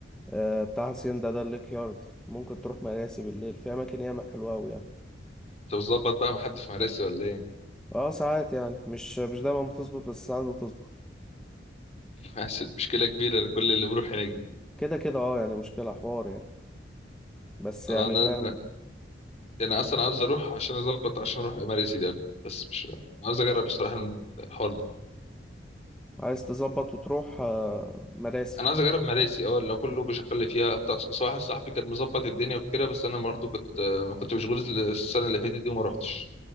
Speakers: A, in the centre; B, on the left.
A: آه بتاع هاسيندا ده الليك يارد ممكن تروح مراسي بالليل في اماكن ياما حلوه قوي
B: انت بتظبط بقى مع حد في مراسي ولا ايه
A: اه ساعات يعني مش مش دايما بتظبط بس ساعات بتظبط
B: <laughs> عشان مشكله كبيره لكل اللي بيروح هناك دي
A: كده كده اه يعني مشكلة حوار يعني بس
B: آه،
A: يعني
B: انا
A: فاهم
B: أنا- انا اصلا عاوز اروح عشان اظبط عشان اروح مراسي ده بس مش أنا عاوز اجرب الصراحه الحوار ده
A: عايز تظبط وتروح آه، مراسي
B: انا عايز اجرب مراسي اه لو كله بيشغل لي فيها طب بس واحد صاحبي كان مظبط الدنيا وكده بس انا برضه كنت آه، كنت مشغول السنه اللي فاتت دي وما روحتش